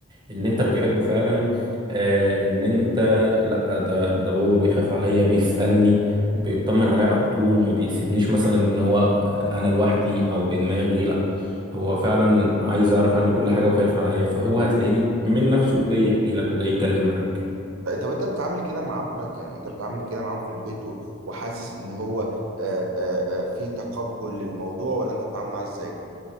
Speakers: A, on the right; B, on the right.
A: ان انت بتحبه فعلا آه ان انت لا ده ده بابا بيخاف عليا بيسألني بيطمن عليا على طول ما بيسيبنيش مثلا ان هو انا لوحدي او بدماغي لا هو فعلا عايز يعرف عني كل حاجة وخايف عليا فهو هتلاقيه من نفسه جاي يحكي لك وجاي يتكلم معاك
B: طيب طب انت بتتعامل كده مع ابنك يعني انت بتتعامل كده معاهم في البيت و- وحاسس ان هو آه، آه، آه، في تقبل للموضوع ولا انت بتتعامل معاه ازاي؟